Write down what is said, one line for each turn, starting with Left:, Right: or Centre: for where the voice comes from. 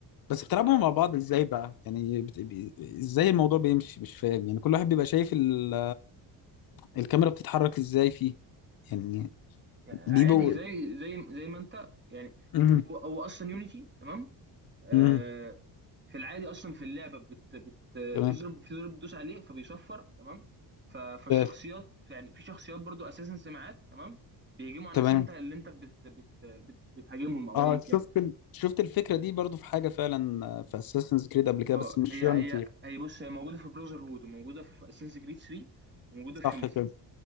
Left: بس بتلعبوا
Right: لا لا
Left: مع بعض
Right: اه
Left: ازاي بقى؟ يعني بت... ب... ازاي الموضوع بيمشي مش فاهم يعني كل واحد بيبقى شايف ال... الكاميرا بتتحرك ازاي فيه يعني
Right: يعني
Left: بيبو
Right: عادي زي زي زي ما انت يعني
Left: امم
Right: هو هو اصلا يونيتي تمام آه،
Left: امم
Right: في العادي اصلا في اللعبه بت... بت...
Left: تمام
Right: في زر في زر بتدوس عليه فبيصفر تمام ف... فالشخصيات
Left: آه،
Right: يعني في شخصيات برضو اساسا سمعات تمام بيهجموا على الناس
Left: تمام
Right: انت اللي انت بت... بت... بت... بتهاجمهم او
Left: اه
Right: ايا
Left: شفت
Right: كان
Left: ال... شفت الفكره دي برضو في حاجه فعلا آه، في اساسنز كريد قبل كده
Right: اه
Left: بس مش
Right: هي
Left: يونتي
Right: هي هي بص هي موجوده في براذر هود وموجوده في اساسنز كريد 3 وموجوده
Left: صح
Right: في يونيتي
Left: كده